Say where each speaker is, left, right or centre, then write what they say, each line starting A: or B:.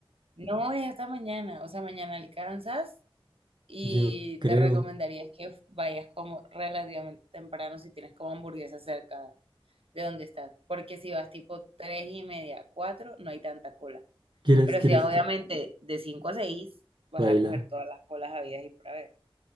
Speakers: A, on the right (about 75°); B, on the right (about 50°).
A: No es hasta mañana, o sea, mañana alcanzas y
B: <laughs> Yo creo.
A: te recomendaría que vayas como relativamente temprano si tienes como hamburguesa cerca de donde estás, porque si vas tipo tres y media, cuatro, no hay tanta cola.
B: ¿Quieres,
A: Pero
B: quieres
A: si vas, obviamente
B: que
A: de 5 a 6 vas
B: baila?
A: a coger todas las colas habidas y por haber.